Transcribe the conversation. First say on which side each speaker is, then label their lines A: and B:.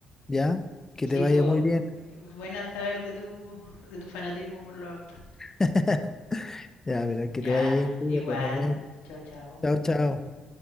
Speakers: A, on the left; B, on the left.
A: ¿Ya? Que
B: sí,
A: te vaya
B: pues
A: muy bien.
B: Buena saber de tu, de tu fanatismo por los autos.
A: <laughs> Ya, Pilar, que
B: Ya,
A: te vaya bien, cuídate,
B: igual.
A: nos vemos.
B: Chao, chao.
A: Chao, chao.